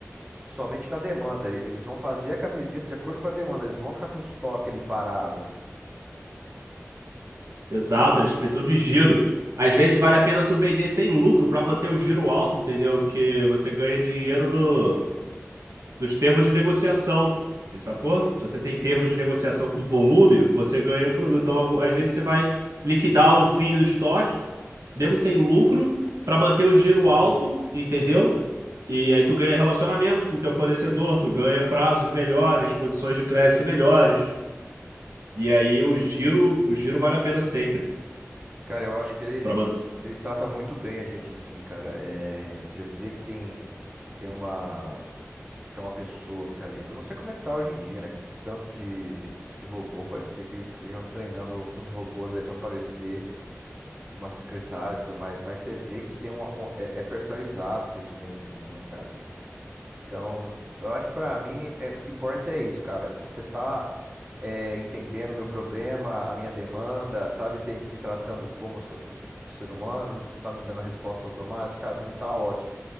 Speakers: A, on the right (about 20°); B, on the right (about 75°).
A: somente na demanda. Eles vão fazer a camiseta de acordo com a demanda, eles não vão ficar com o estoque ali parado.
B: Exato, eles precisam de giro. Às vezes vale a pena tu vender sem lucro para manter o giro alto, entendeu? Que você ganha dinheiro no, nos termos de negociação. Sacou? Se você tem termos de negociação com volume, você ganha o produto. Então, algu- às vezes você vai liquidar o fim do estoque, mesmo sem lucro, para manter o giro alto, entendeu? E aí tu ganha relacionamento com o teu fornecedor, tu ganha prazos melhores, condições de crédito melhores. E aí o giro, o giro vale a pena sempre
A: Cara, eu acho que eles,
B: para
A: eles tratam muito bem a gente, assim, cara. É, você vê que tem, que tem uma que é uma pessoa que tá ali. Eu não sei como é que tá hoje em dia, né? Com esse tanto de, de robô, pode ser que eles estejam treinando uns robôs aí pra parecer uma secretária e tudo mais, mas você vê que tem uma, uma- é, é personalizado o atendimento ali, né, cara? Então, s- eu acho que pra mim, é, o que importa é isso, cara. Você tá é, entendendo o meu problema, a minha demanda, tá me, ten- me tratando como se eu fosse um ser humano, não não tá me dando resposta automática, cara, pra mim tá ótimo.